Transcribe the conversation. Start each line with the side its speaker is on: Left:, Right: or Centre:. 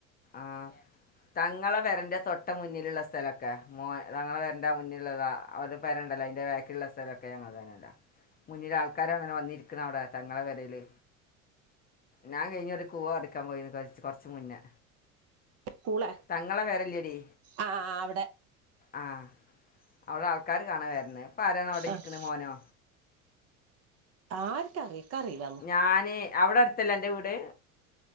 Left: ആഹ് തങ്ങളെ പേരെന്റെ തൊട്ട മുന്നിലുള്ള സ്ഥലക്കെ മോ തങ്ങള പേരെന്റെ ആ മുന്നിലുള്ളതാ അവരെ പേരെണ്ടല്ലോ അയിന്റെ ബാക്കിലുള്ള സ്ഥലൊക്കെ ഞങ്ങൾ തന്നല്ലോ മുന്നില ആൾക്കാരാണ വന്നിരിക്കുന്നത് അവിടെ തങ്ങളെ പെരയില് ഞാൻ കഴിഞ്ഞ ഒരു കൂവ പറിക്കാൻ പോയിന്ന് കൊർ കൊറച്ച മുന്നേ
Right: പൂള
Left: തങ്ങളെ പെരല്ലടീ
Right: ആഹ് ആഹ്
Left: ആഹ് അവിടെ ആൾക്കാര് കാണാൻ വരുന്ന് ഇപ്പൊ ആരാണവിടെ ഇരിക്കണ
Right: ആഹ്
Left: മോനോ
Right: ആർക്കറിയ ഇക്കറീല
Left: ഞാന് അവിടെ അടുത്തല്ലേ അൻ്റെ വീട്